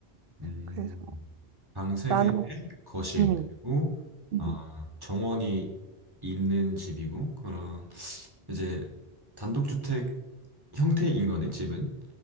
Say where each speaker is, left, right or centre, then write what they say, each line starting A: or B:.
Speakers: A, on the right; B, on the right.
A: 음,
B: 그래서
A: 방 3개에
B: 나는
A: 거실,
B: 음.
A: 그리고
B: 음.
A: 아 정원이 있는 집이고, 그런, 이제 단독주택 형태인 거네, 집은?